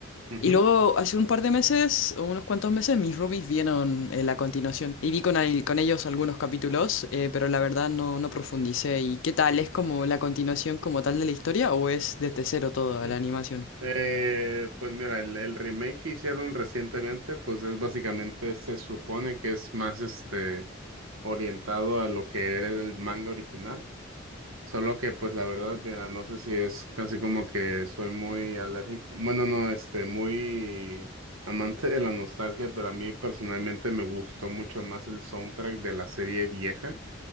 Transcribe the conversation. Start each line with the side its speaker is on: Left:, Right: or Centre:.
Right: Ujú,
Left: Y luego, hace un par de meses, o unos cuantos meses, mis roomies vieron eh, la continuación. Y vi con, al- con ellos algunos capítulos, eh, pero la verdad no, no profundicé. ¿Y qué tal? ¿Es como la continuación como tal de la historia o es desde cero todo
Right: ujú.
Left: la animación?
Right: Eh, pues mira, el, el remake que hicieron recientemente, pues es básicamente, se supone que es más este orientado a lo que era el manga original. Solo que, pues la verdad, mira, no sé si es casi como que soy muy alérgico. Bueno, no, este, muy amante de la nostalgia, pero a mí personalmente me gustó mucho más el soundtrack de la serie vieja.